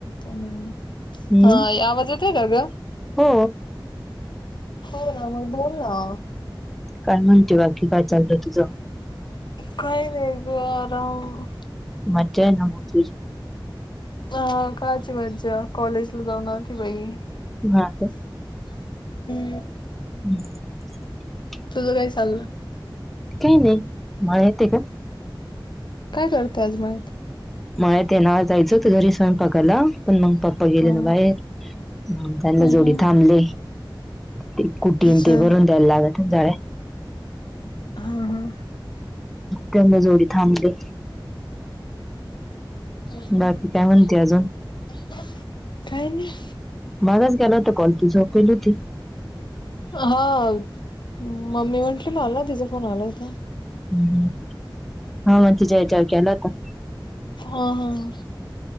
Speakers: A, on the left (about 65°); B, in the centre.
A: हां
B: हम्म
A: आवाज येतोय का ग?
B: हो
A: हो ना मग बोल ना.
B: काय म्हणते बाकी काय चाललंय तुझं?
A: काही नाही ग,, आराम.
B: मज्जा आहे ना म तुझी.
A: ह, कायची मज्जा, कॉलेजला जाऊण आलती बाई.
B: हा, तेऽ
A: <unintelligible>
B: <unintelligible>
A: तुझं काय चाललय?
B: काही नाही. मला येतय का?
A: काय करतायत मगं
B: मळ्या ते ना जायचं तर घरी स्वयंपाकाला पण मग पप्पा गेले
A: हम्म
B: ना बाहेर त्यांना जोडी
A: हम्म
B: थांबले ते कुटी
A: अच्छा
B: ते भरून द्यायला लागत्यां जाडे
A: हां हां
B: त्यांना जोडी थांबते
A: काही
B: बाकी काय म्हणते अजून
A: नाय
B: मागच गेला होता कॉल तू झोपेली होती.
A: अं, हा,, मम्मी म्हटली माला,, तिचा फोन आला होता.
B: हम्,, हम,, हा म तिच्या यच्याव केला होता.
A: हं, हं,